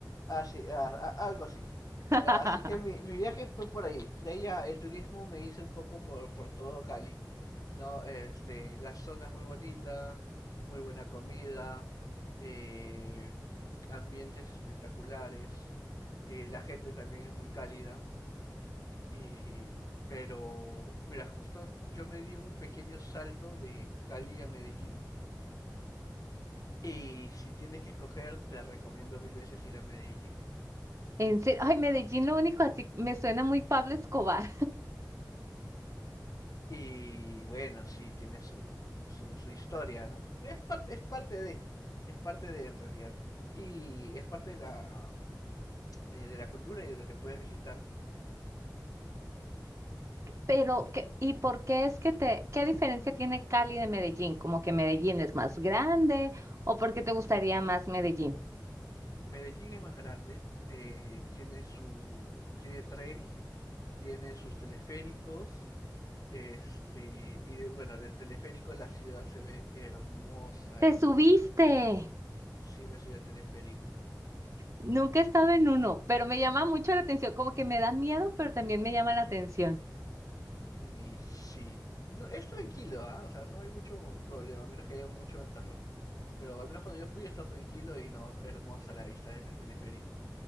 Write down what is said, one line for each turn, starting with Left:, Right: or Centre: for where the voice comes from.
Left: Así, a- a- algo así.
Right: <laughs>
Left: Eh, Así que mi, mi viaje fue por ahí. De ahí ya el turismo me hice un poco por, por todo Cali, ¿no? Este, la zona es muy bonita, muy buena comida, eh, ambientes espectaculares, eh, la gente también es muy cálida. Y, pero, mira, justo yo me di un pequeño salto de Cali a Medellín. Y si tienes que escoger, te recomiendo mil veces ir a Medellín.
Right: En serio, ay, Medellín lo único así me suena muy Pablo Escobar.
Left: Y bueno, sí, tiene su, su, su historia, ¿no? Es parte, es parte de, es parte de en realidad. Y es parte de la, eh, de la cultura y de lo que puedes visitar.
Right: Pero, ¿qué- ¿y por qué es que te, qué diferencia tiene Cali de Medellín? ¿Como que Medellín es más grande o por qué te gustaría más Medellín?
Left: Medellín es más grande, eh, tiene su, tiene tren, tiene sus teleféricos, este, y de- bueno, del teleférico la ciudad se ve hermosa,
Right: ¡Te
Left: hermosa,
Right: subiste!
Left: hermosa. Sí me subí al teleférico.
Right: Nunca he estado en uno, pero me llama mucho la atención, como que me da miedo, pero también me llama la atención.
Left: Y sí, no, es tranquilo, ¿ah? O sea, no hay mucho problema, a menos que haya mucho ventarrón. Pero al menos cuando yo fui estaba tranquilo y no, hermosa la vista desde el teleférico.